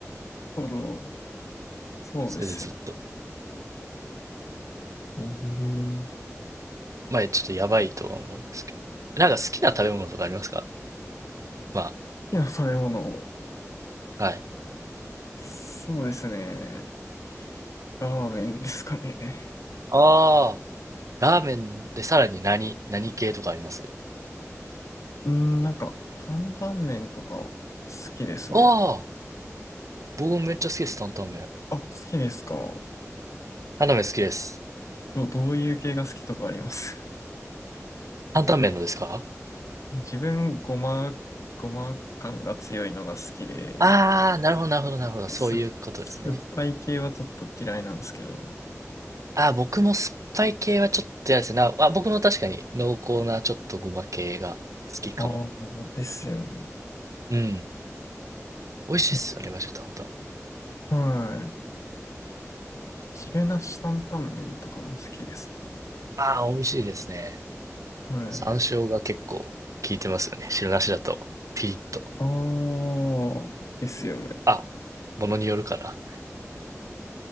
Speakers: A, on the left; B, on the right.
A: ほど。そうですよ
B: それでずっと、
A: ね。ええ好
B: まあちょっとやばいとは思うんですけど。なんか好きな食べ物とかありますかま
A: きな食べ物。
B: あ、はい。
A: そうですね。ラーメンですかね。
B: ああ。ラーメンでさらに何、何系とかあります
A: うん、なんか、担々麺とか好きですね。
B: ああ、僕もめっちゃ好きです、担々麺。
A: あ、好きですか。
B: 担々麺好きです。
A: ど、どういう系が好きとかあります
B: 担々麺のですか
A: <laughs> 自分、ごま、ごま感が強いのが好きで、
B: ああー、なるほど、なるほど、なるほど。そういうことですね。
A: す、酸っぱい系はちょっと嫌いなんですけど。
B: ああ、僕も酸っぱい系はちょっと嫌ですね。なあ、僕も確かに濃厚なちょっとごま系が好きかも。
A: ああ、ですよね。
B: うん。美味しいっすよね、
A: い
B: マジで担々麺。
A: はい。汁なし担々麺とかも好きです
B: ああ、美味しいですね。
A: ね。はい。
B: 山椒が結構効いてますよね。汁なしだと。ピリッと。
A: ああ、ですよね。
B: あ、ものによるかな。